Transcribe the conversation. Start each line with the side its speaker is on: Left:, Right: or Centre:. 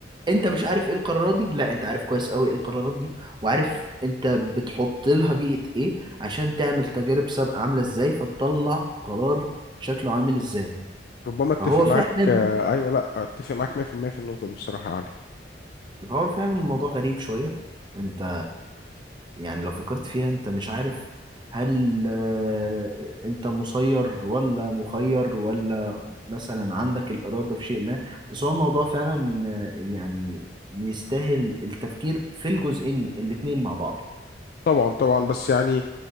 Right: انت مش عارف ايه القرارات دي لا انت عارف كويس قوي ايه القرارات دي وعارف انت بتحط لها بيئة ايه عشان تعمل تجارب سابقة عاملة ازاي فتطلع قرار شكله عامل ازاي
Left: ربما اتفق
Right: فهو
Left: معاك
Right: فعلا
Left: ايوه لا اتفق معاك 100% في المية في النقطة دي بصراحة يا علي
Right: هو فعلا الموضوع غريب شوية انت يعني لو فكرت فيها انت مش عارف هل آه، انت مسير ولا مخير ولا مثلا عندك الإرادة في شيء ما بس هو الموضوع فعلا آه، يعني يستاهل التفكير في الجزئين الاتنين مع بعض
Left: طبعا طبعا بس يعني